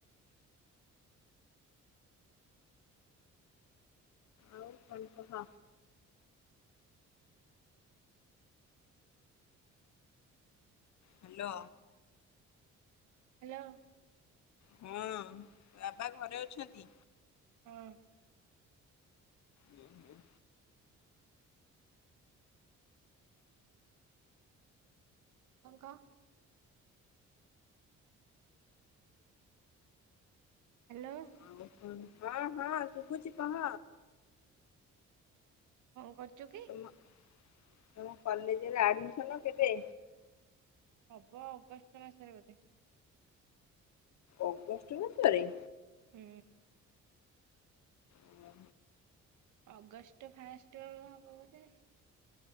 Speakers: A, on the left; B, on the right.
A: ଆଉ କଣ କହ। ହାଲୋ।
B: ହ୍ୟାଲୋ।
A: ହଁ ବାବା ଘରେ ଅଛନ୍ତି।
B: ହଁ।
A: ଯାଇଥିଲେ।
B: କଣ କହ। ହ୍ୟାଲୋ।
A: ଆଉ ହଁ ହଁ ଶୁଭୁଛି କହ।
B: କଁ କରୁଛୁ କି?
A: ତମ ତମ କଲେଜରେ ଆଡମିସନ କେବେ।
B: ହବ ଅଗଷ୍ଟ ମାସରେ ବୋଧେ।
A: ଅଗଷ୍ଟ ମାସରେ।
B: ହୁଁ।
A: ଓ ହୋ।
B: ଅଗଷ୍ଟ ଫାଷ୍ଟ ବେଳୁ ହବ ବୋଧେ।